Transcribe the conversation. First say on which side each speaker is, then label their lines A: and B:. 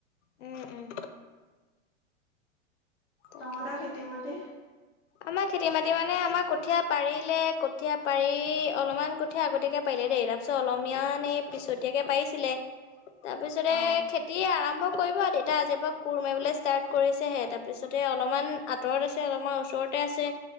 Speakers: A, on the left (about 70°); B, in the centre.
A: উম উম তাকে
B: তহঁতৰ খেতি মাটি
A: আমাৰ খেতি মাতি মানে আমাৰ কঠীয়া পাৰিলে কঠীয়া পাৰি অলপমান কঠীয়া আগতে পাৰিলে দে তাৰিত অলীয়ান এই পিছতীয়াকে পাৰিছিলে তাৰ পিছতে
B: অ',
A: খেতি আৰম্ভ কৰিব তেতা আজিৰ পৰা কোৰ মাৰিবলৈ ষ্টাৰ্ট কৰিছেহে তাৰপিছতে অলপমান আঁতৰত আছে অলপমান ওচৰত আছে